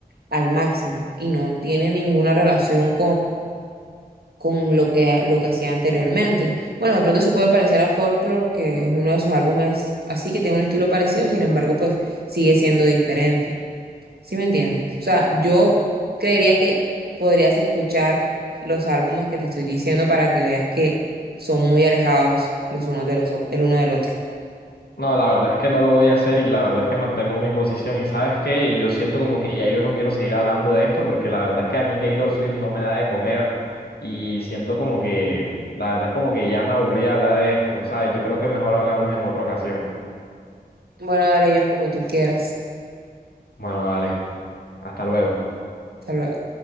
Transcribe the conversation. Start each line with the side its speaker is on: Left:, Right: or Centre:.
Right: al máximo y no tiene ninguna relación con lo que, lo que hacía anteriormente. Bueno, de pronto se puede parecer a Folklore, que es uno de sus álbumes así, que tiene un estilo parecido, sin embargo, pues sigue siendo diferente. ¿Sí me entiendes? O sea, yo creería que podrías escuchar los álbumes que te estoy diciendo para que veas que son muy alejados los unos de los, o- el uno del otro.
Left: No, la verdad es que no lo voy a hacer y la verdad es que mantengo mi posición. Y sabes qué, yo siento como que ya yo no quiero seguir hablando de esto porque la verdad es que a mí Taylor Swift no me da de comer y siento como que, la verdad es como que ya me aburrí hablar de esto, ¿sabes? Yo creo que mejor hablamos en otra ocasión.
Right: Bueno, dale, John, como tú quieras.
Left: Bueno, vale. Hasta luego.
Right: Hasta luego.